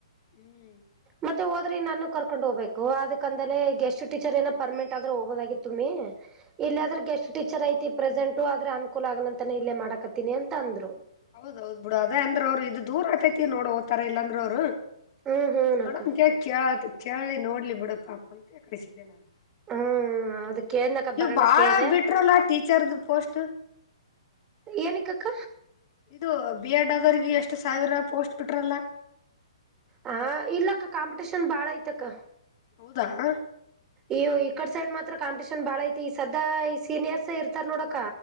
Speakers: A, on the left; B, on the right.
A: ಹ್ಮ್
B: ಮತ್ತೆ ಅ್ರ ನಾನು ಕರ್ಕೊಂಡ್ ಹೋಗಬೇಕು ಅದಕ್ ಅಂದ್ರ ಗೇಸ್ಟ್ ಟೀಚರ್ ಏನ ಪರ್ಮೆಂಟ್ ಆದ್ರೆ ಹೋಗಬೋದಾಗಿತ್ತು ತುಮ್ಮಿ
A: ಹ್ಮ್
B: ಇಲ್ಲ ಆದ್ರೂ ಗೆಸ್ಟ್ ಟೀಚರ್ ಐತಿ ಪ್ರೆಸೆಂಟ ಆದ್ರ ಅನುಕೂಲ ಆಗಲಂತಾನ ಇಲ್ಲೇ ಮಾಡಕತ್ತೀನಿ ಅಂತ ಅಂದ್ರು
A: ಹೌದೌದ್ ಬಿಡು ಅದೇ ಅಂದ್ರೆ ಅವರು ಇದದು ದೂರ ಆತೈತಿ ನೋಡ್ ಹೋಗತಾರ ಎಲ್ಲಾದ್ರುಅವ್ರು
B: ಹ್ಮ್ ಹ್ಮ್
A: ನೋಡ
B: ಅಕ್ಕ
A: ಕೇಳ ಕೇಳಿ ನೋಡ್ಲಿ ಬಿಡ ಪಾಪ ಅಂತ ಕಡಿಸಿದ್ದೆ ನಾನು
B: ಹ್ಮ್ ಅದ ಕೇಳ್ದನಕ್ಕ
A: ಈಗ
B: ಬರೋಣ
A: ಬಾಳ
B: ಕೇಳ್ದೆ
A: ಬಿಟ್ರಲ್ಲ ಟೀಚರ್ದು ಪೋಸ್ಟ್
B: ಏನಕ್ಕಕ್ಕ
A: ಇದು ಬಿ ಎಡ್ ಆದವಿಗೆ ಎಷ್ಟು ಸಾವಿರ ಪೋಸ್ಟ್ ಬಿಟ್ರಲ್ಲ
B: ಹ ಇಲ್ಲಕ್ಕ ಕಾಂಪಿಟಷನ್ ಬಾಳ ಐತಕ್ಕ
A: ಹದಾ ಹ
B: ಇ ಈಕಡ್ ಸೈಡ್ ಮಾತ್ರ ಕಾಂಪಿಟೇಷನ್ ಬಾಳ ಐತಿ ಈ ಸದಾ ಈ ಸೀನಿಯರ್ಸ್ ಇರ್ತಾರ ನೋಡಕ